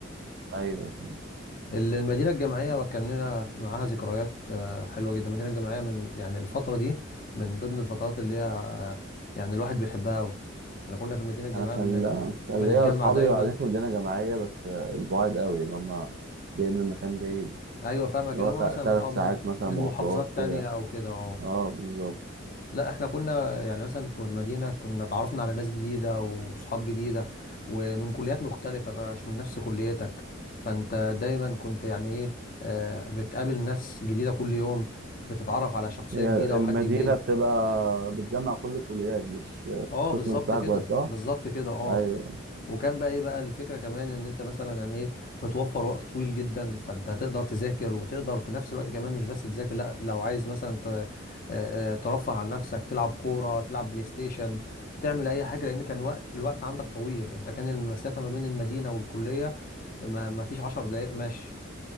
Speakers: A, on the right; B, on the left.
A: أيوه
B: ال- المدينة الجامعية كان لنا معاها ذكريات آه، حلوة جدا المدينة الجامعية من يعني الفترة دي من ضمن الفترات اللي هي آه، يعني الواحد بيحبها أوي احنا كنا في المدينة الجامعية
A: أنا
B: بن...
A: كان كان
B: بنتجمع
A: ليا أصحابي
B: دايما
A: وبعدين في مدينة جامعية بس البعاد قوي اللي هما جايين من مكان بعيد
B: أيوة فاهمك
A: اللي
B: اللي
A: هو سا...
B: هما مثلا
A: تلات
B: اه
A: ساعات
B: من
A: مثلا
B: من
A: مواصلات
B: محافظات تانية
A: كده
B: أو كده اه
A: أه بالظبط
B: لا احنا كنا يعني مثلا في المدينة كنا اتعرفنا على ناس جديدة وصحاب جديدة ومن كليات مختلفة بقى مش من نفس كليتك فانت دايما كنت يعني ايه آه، بتقابل ناس جديدة كل يوم بتتعرف على شخصية
A: هي
B: جديدة
A: المدينة
B: وحد جديد
A: بتبقى بتجمع كل الكليات مش
B: اه
A: القسم
B: بالظبط
A: بتاعك
B: كده
A: بس اه
B: بالظبط كده اه
A: ايوه
B: وكان بقى ايه بقى الفكره كمان ان انت مثلا يعني ايه بتوفر وقت طويل جدا فانت تقدر تذاكر وتقدر في نفس الوقت كمان مش بس تذاكر لا لو عايز مثلا ت- آه، آه، ترفه عن نفسك تلعب كوره تلعب بلاي ستيشن تعمل اي حاجه لان كان وقت الوقت عندك طويل انت كان المسافه ما بين المدينه والكليه ما ما فيش 10 دقائق ماشي